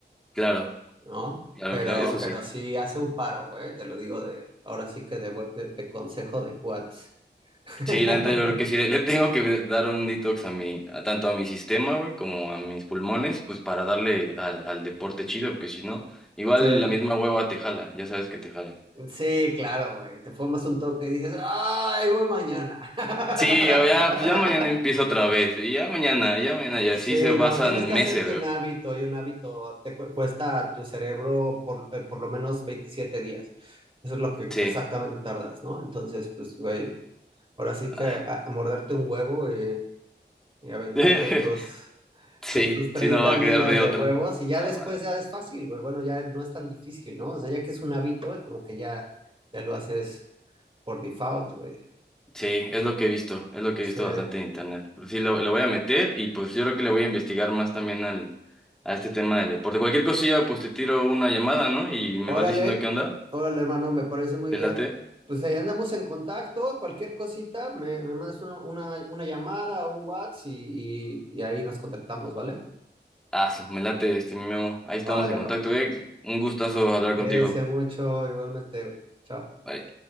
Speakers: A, in the centre; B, on the right.
A: Claro,
B: ¿no?
A: claro,
B: Pero,
A: claro, eso sí.
B: pero sí hace un paro, güey, te lo digo de, ahora sí que de, bu- de- de consejo de cuates. <laughs>
A: Sí, la neta yo creo que sí, le, le tengo que dar un detox a mi, a, tanto a mi sistema, güey, como a mis pulmones, pues para darle al, al deporte chido, porque si no, igual
B: Sí,
A: la misma hueva te jala, ya sabes que te jala.
B: sí, claro, güey, te fumas un toque y dices, ¡ay, voy mañana! <laughs>
A: Sí, ya, ya, pues ya mañana empiezo otra vez, y ya mañana, ya mañana, y así
B: Sí,
A: se pasan
B: no, tienes que hacerte
A: meses, güey.
B: un hábito y un hábito te cu- cuesta a tu cerebro por, eh, por lo menos 27 días. Eso es lo que
A: Sí.
B: exactamente tardas, ¿no? Entonces, pues, güey, ahora sí
A: Ah.
B: que a- a morderte un huevo y, y aventarte
A: <laughs>
B: todos.
A: Sí,
B: tus 30
A: sí, no va a
B: días
A: quedar de
B: de
A: otra.
B: huevos y ya
A: Ah,
B: después
A: va.
B: ya es fácil, güey. Bueno, ya no es tan difícil, ¿no? O sea, ya que es un hábito, como que ya, ya lo haces por default, güey.
A: Sí, es lo que he visto, es lo que
B: Sí.
A: he visto bastante en internet. Pues Sí, lo, lo voy a meter y pues yo creo que le voy a investigar más también al, a este tema del deporte. Cualquier cosilla, pues te tiro una llamada, ¿no? Y me
B: Órale,
A: vas diciendo qué onda.
B: órale, hermano, me parece muy
A: ¿Te
B: bien.
A: late?
B: Pues ahí andamos en contacto, cualquier cosita, me, me mandas una, una, una llamada, un WhatsApp y, y, y ahí nos contactamos, ¿vale?
A: Ah, me late este mi Memo. Ahí estamos
B: Vale,
A: en contacto,
B: papi.
A: eh. Un gustazo hablar
B: Cuídese
A: contigo.
B: mucho, igualmente, güey. Chao.
A: Bye.